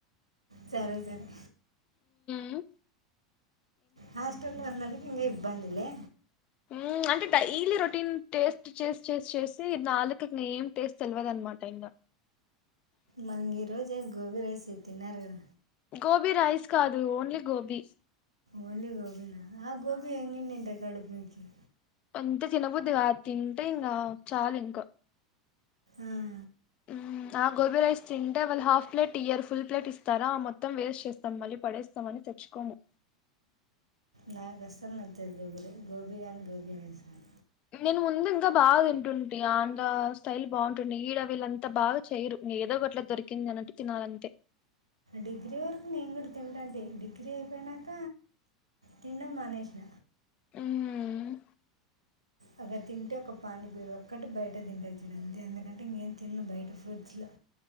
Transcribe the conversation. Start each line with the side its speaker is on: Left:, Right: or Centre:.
Right: జరె జరే
Left: ఉవ్
Right: హాస్టల్లో ఉన్నోళ్ళికి ఇంగ ఇబ్బందిలే
Left: ఊఁ అంటె డైలి రొటీన్ టేస్ట్ చేస్ చేస్ చేసీ నాలుకక్ నేం టేస్ట్ తెలివదన్మాట ఇంగ
Right: మనింగ్ ఈ రోజేం గోబీ రైస్ తిన్నారు గద
Left: గోబీ రైస్ కాదూ ఓన్లి గోబీ
Right: ఓన్లీ గోబీనా ఆ గోబీ ఎన్నినింటయ్ కడుపు నుంచి
Left: అంత తినబుద్ది గాద్ తింటె ఇంగా చాలింక
Right: ఆఁ
Left: ఊఁ ఆ గోబీ రైస్ తింటే వాళ్ హాఫ్ ప్లేట్ ఇయ్యర్ ఫుల్ ప్లేట్ ఇస్తారా మొత్ మొత్తం వేస్ట్ చేస్తం మళ్ళి పడేస్తమని తెచ్కొము
Right: నా కస్సల్ నచ్చది గోబీలు గోబీ గాని గోబీ రైస్ గాని
Left: నేను ముందు ఇంక బా తింటుంటి ఆంధ్రా స్టైల్ బావుంటుండె ఈడ వీళ్ళంత బాగ చేయ్రు ఏదో ఒకట్లె దొరికిందినట్టు తినాలంతే
Right: డిగ్రీ వరకు నేం గుడ తింటాంటి డిగ్రీ ఐపోయ్ నాక తిండమ్ మానేేష్న
Left: ఊఁ
Right: అక్కడ్ తింటే ఒక పాని పీరో ఒకటి బయట తింటేచ్చడం అంతే అంతకంటే ఇంగేం తిన్లేం బయ్ట ఫ్రూట్స్లో